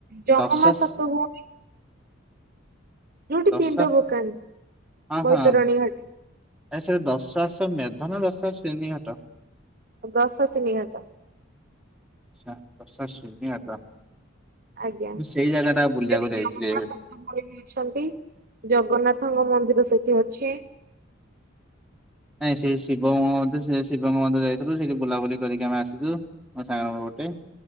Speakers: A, on the right; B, in the centre.
A: ଯମମା
B: ଦଶାଶ୍
A: ସାତ ଭଉଣୀ ଯୋଉଠି
B: ଦଶାଶ୍
A: ପିଣ୍ଡ ପକାନ୍ତି
B: ହଁ
A: ବୈତରଣୀ
B: -ହଁ।
A: ଘାଟି
B: ଆ ସେ ଦଶାଶ୍ୱମେଧ ନା ଦଶାସିନି ଘାଟ?
A: ଦଶାସିନି‌ ଘାଟ।
B: ଆଚ୍ଛା ଦଶାସିନି ଘାଟ,
A: ଆଜ୍ଞା।
B: ମୁଁ ସେଇ ଜାଗାଟା ବୁଲିବାକୁ
A: ସେଠି
B: ଯାଇଥିଲି ଏବେ।
A: <inaudible> ଅଛନ୍ତି ଜଗନ୍ନାଥଙ୍କ ମନ୍ଦିର ସେଠି ଅଛି।
B: ନାଇଁ ସେ ଶିବଙ୍କ ମନ୍ଦିର ସେ ଶିବଙ୍କ ମନ୍ଦିର ଯାଇଥିଲୁ ସେଇଠି ବୁଲାବୁଲି କରିକି ଆମେ ଆସିଛୁ। ମୋ ସାଙ୍ଗ ଗୋଟେ,